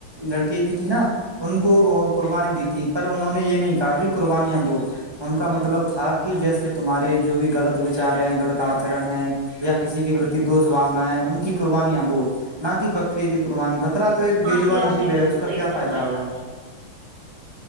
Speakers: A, on the right; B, on the right.
A: لڑکی کی تھی نا ان کو قربانی دی تھی پر انہوں نے یہ نہیں کہا کہ قربانیاں دو ان کا مطلب تھا کہ جیسے تمہارے جو بھی غلط وچار ہیں غلط آچرن ہیں یا کسی کے پرتی دوست ان کی قربانیاں دو نہ کہ بکرے کی قربانی بکرا تو ایک بےجوان
B: ہاں جی آپ
A: جیب
B: نے
A: ہے
B: بالکل
A: اس کا
B: صحیح
A: کیا
B: فرمایا
A: فائدہ ہوا